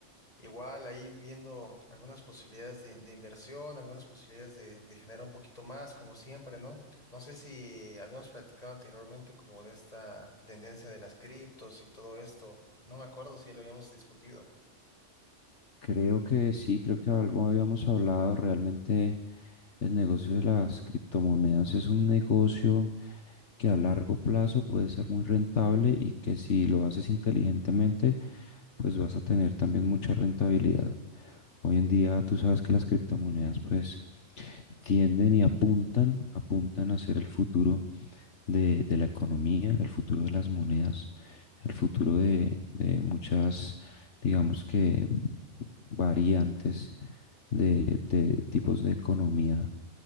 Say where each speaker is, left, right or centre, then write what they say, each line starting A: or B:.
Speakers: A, on the left; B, on the left.
A: igual ahí viendo algunas posibilidades de, de inversión, algunas posibilidades de, de generar un poquito más, como siempre, ¿no? No sé si habíamos platicado anteriormente como de esta tendencia de las criptos y todo esto, no me acuerdo si ya lo habíamos discutido.
B: Creo que sí, creo que algo habíamos hablado. Realmente el negocio de las criptomonedas es un negocio que a largo plazo puede ser muy rentable y que si lo haces inteligentemente, pues vas a tener también mucha rentabilidad. Hoy en día tú sabes que las criptomonedas pues tienden y apuntan, apuntan a ser el futuro de, de la economía, el futuro de las monedas, el futuro de, de muchas, digamos que, variantes de, de tipos de economía